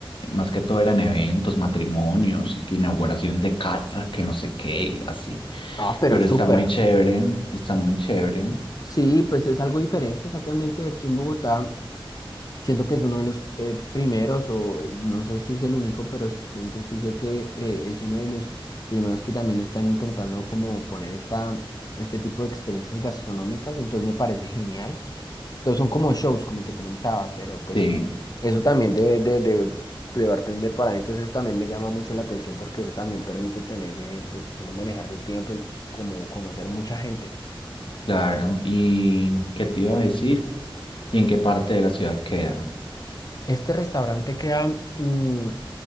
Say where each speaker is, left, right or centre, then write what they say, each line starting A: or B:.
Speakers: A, on the left (about 65°); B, on the left (about 45°).
A: más que todo eran eventos, matrimonios y que inauguraciones de casa, que no sé qué, así.
B: Ah, pero
A: Pero
B: súper.
A: está muy chévere, está muy chévere.
B: Sí, pues es algo diferente exactamente aquí en Bogotá. Siento que es uno de los eh, primeros, o eh, no sé si es el único, pero siento, sí sé que eh, es uno de los primeros que también están intentando como poner esta, este tipo de experiencias gastronómicas, entonces me parece genial. Entonces son como shows, como te comentaba, pero pues
A: Sí,
B: eso también de, de, de, de bartender para adentro, eso también me llama mucho la atención porque eso también permite tener, eh, pues uno manejar su tiempo y como conocer mucha gente.
A: claro. ¿Y qué te iba a decir? ¿Y en qué parte de la ciudad queda?
B: Este restaurante queda mm,